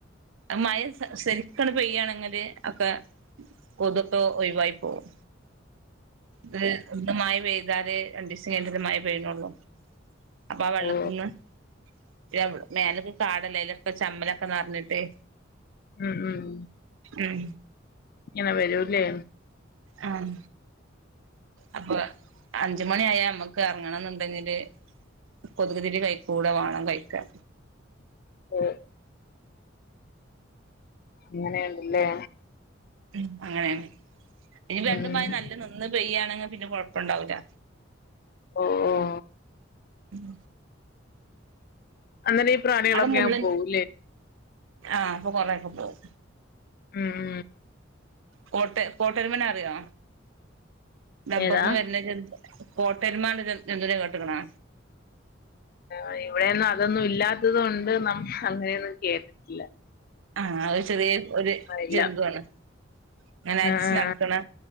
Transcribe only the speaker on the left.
ഓ
ഉം ഉം
ഇനിങ്ങ വരൂല്ലേ?
അഹ്‌ അങ്ങനെണ്ട്ല്ലേ!
ഉം
<unintelligible>
അങ്ങനെയീ പ്രാണികളൊക്കെ
അങ്ങ് പോവുല്ലേ
ഉം
ഏതാ
ആഹ് ഇവീടേന്നും അതൊന്നും ഇല്ലാത്തത് കൊണ്ട് നമ്മള് അങ്ങനെയൊന്നും കേട്ട്ട്ടില്ല
ഇല്ല
ആഹ്